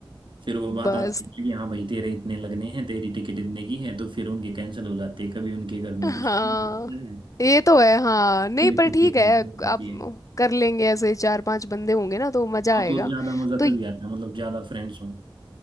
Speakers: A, on the right; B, on the left.
A: फिर वो
B: <laughs> बस
A: बात आती है कि हाँ भाई तेरे इतने लगने हैं तेरी टिकट इतने की है तो फिर उनके कैंसिल हो जाते हैं कभी उनके घर में
B: हाँ
A: कुछ काम हो जाता है
B: ये तो है हाँ नहीं
A: भी
B: पर
A: छुट्टी
B: ठीक
A: कैंसिल
B: है
A: होती
B: आप
A: है
B: कर लेंगे ऐसे चार पांच बंदे होंगे ना तो मजा
A: हाँ
B: आएगा
A: तो ज्यादा मजा
B: तो
A: तभी आता है मतलब ज्यादा फ्रेंड्स हों